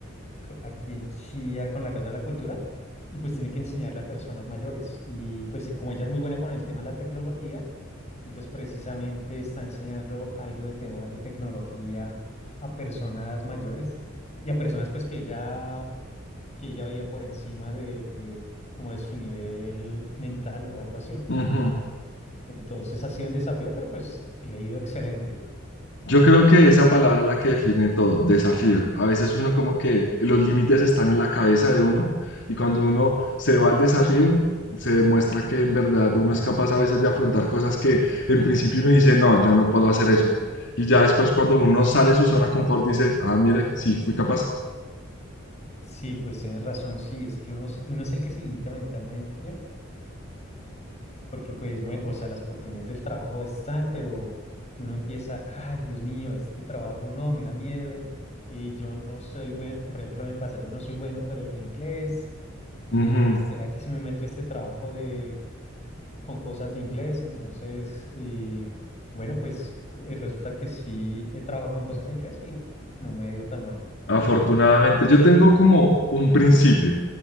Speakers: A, on the left; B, on the left.
A: co- aquí en Chía con la Casa de la Cultura y pues tiene que enseñarle a personas mayores. Y pues como ella es muy buena con el tema de la tecnología, Entonces, precisamente está enseñando algo de temas de tecnología a personas mayores y a personas pues que ya que ella veía por encima de eh, como de su nivel mental o algo así.
B: Ujú.
A: Entonces ha sido un desafío, pero pues le ha ido excelente.
B: Yo creo que esa palabra es la que define todo, desafío. A veces uno como que los límites están en la cabeza de uno y cuando uno se va al desafío, se demuestra que en verdad uno es capaz a veces de afrontar cosas que en principio uno dice, no, yo no puedo hacer eso. Y ya después cuando uno sale de su zona de confort dice, ah, mire, sí fui capaz.
A: Sí, pues tienes razón, sí, es que uno, es- uno es el que se limita mentalmente Porque pues, bueno, o sea, las oportunidades del trabajo están, pero uno empieza, ay, Dios mío, este trabajo no, me da miedo, eh, yo no soy bueno, por ejemplo, me pasa, yo no soy bueno con el inglés, eh,
B: Ujú.
A: ¿será que si me meto a este trabajo de, con cosas de inglés? Entonces, eh, bueno, pues eh, resulta que sí he trabajado con cosas de inglés y no me ha ido tan mal.
B: Afortunadamente, yo tengo como un principio,